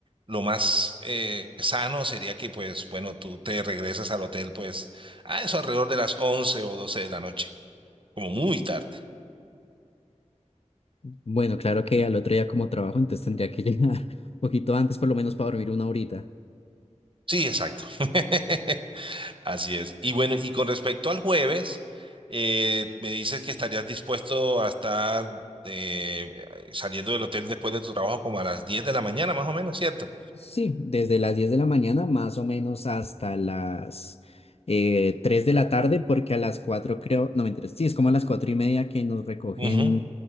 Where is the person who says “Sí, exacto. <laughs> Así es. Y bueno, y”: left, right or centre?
Right